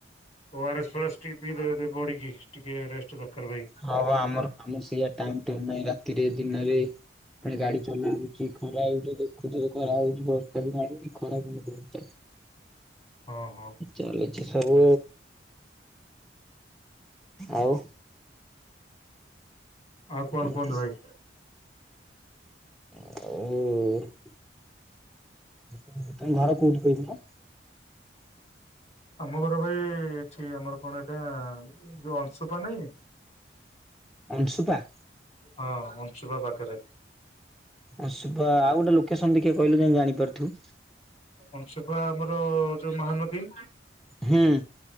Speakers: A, on the left (about 35°); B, in the centre.
A: ଓ ଆର ଏସ୍ ଫୋଆରେସ୍ ଟିକେ ପିଇଦେବେ ତେବେ ବଡିକି, ଟିକେ ରେଷ୍ଟ ଦରକାର ଭାଇ।
B: ହଁ ବା ଆମର କାମ ସେଇଆ, ଟାଇମ୍ ଟେବୁଲ ନାହିଁ ରାତିରେ, ଦିନରେ ପୁଣି ଗାଡି ଚଲା ହଉଛି, ଖରା ହଉଛି, ଦେଖୁଚ ଖରା ହଉଛି, ବର୍ଷା ଦିନ ଆଇଲାଣି ଖରା କି <unintelligible>
A: ହଁ, ହଁ।
B: ଚାଲିଛି ସବୁ ଆଉ,
A: ଆଉ କଣ
B: ଏମିତି।
A: କୁହନ୍ତୁ ଭାଇ?
B: ଓ <inaudible> ତାଙ୍କ ଘର କୋଉଠି କହିଥିଲ?
A: ଆମ ଘର ଭାଇ, ଏଠି ଆମର କଣ ଏଟା ଯୋଉ ଅଂଶୁପା ନାଇଁ।
B: ଅଂଶୁପା?
A: ହଁ ଅଂଶୁପା ପାଖରେ।
B: ଅଂଶୁପା, ଆଉ ଗୋଟେ ଲୋକେସନ ଟିକେ କହିଲ ଯେମିତି ଜାଣିପାରୁଥିବୁ।
A: ଅଂଶୁପା ଆମର ଯୋଉ ମହାନଦୀ
B: ହୁଁ।